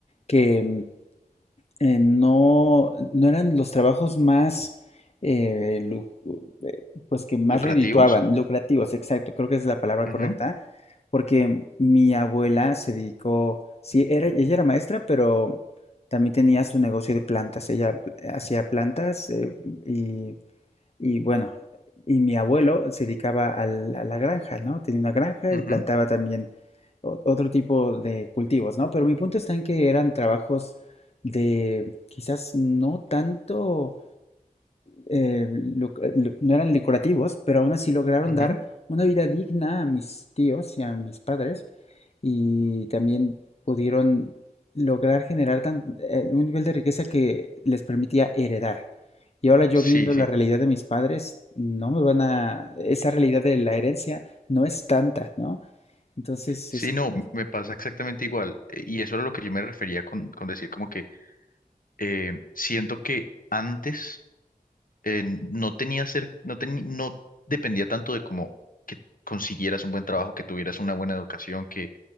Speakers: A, on the left (about 45°); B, on the left (about 70°).
A: que mm, eh, no, no eran los trabajos más, eh, lu- eh, pues que más
B: Lucrativos.
A: redituaban, lucrativos, exacto, creo que es la palabra
B: Ujú,
A: correcta, porque mi abuela se dedicó, sí, era, ella era maestra, pero también tenía su negocio de plantas, ella eh, hacía plantas eh, y y bueno, y mi abuelo se dedicaba al- a la granja, ¿no? Tenía una granja
B: ujú,
A: y plantaba también o- otro tipo de cultivos, ¿no? Pero mi punto está en que eran trabajos de quizás no tanto eh, lu- lu- no eran decorativos, pero aún así lograron
B: ujú.
A: dar una vida digna a mis tíos y a mis padres y también pudieron lograr generar tan- eh, un nivel de riqueza que les permitía heredar. Y ahora yo
B: Sí,
A: viendo
B: sí.
A: la realidad de mis padres, no me van a... Esa realidad de la herencia no es tanta, ¿no? Entonces
B: Sí,
A: es...
B: no,
A: Por eso.
B: me pasa exactamente igual. Eh, Y eso era lo que yo me refería con, con decir como que eh, siento que antes eh, no tenía ser, no teni- no dependía tanto de como que consiguieras un buen trabajo, que tuvieras una buena educación, que